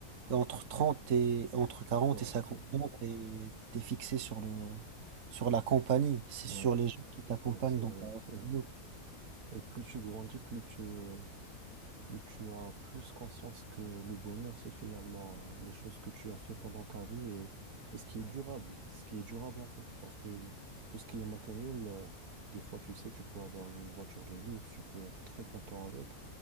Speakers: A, on the right (about 60°); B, on the right (about 90°).
A: Et entre 30 et, entre 40
B: 40
A: et cinquante,
B: secondes.
A: ans, t'es es, fixé sur le, sur la compagnie. C'est
B: Ouais,
A: sur les gens qui t'accompagnent
B: ouais, c'est
A: dans
B: vrai,
A: ta
B: c'est vrai.
A: route.
B: Et plus tu grandis, plus tu, euh, plus tu as plus conscience que le bonheur, c'est finalement euh, les choses que tu as fait pendant ta vie et, et ce qui est durable, ce qui est durable en fait. Parce que l- tout ce qui est matériel, euh, des fois, tu sais, tu peux avoir une voiture de luxe, tu peux être très content avec.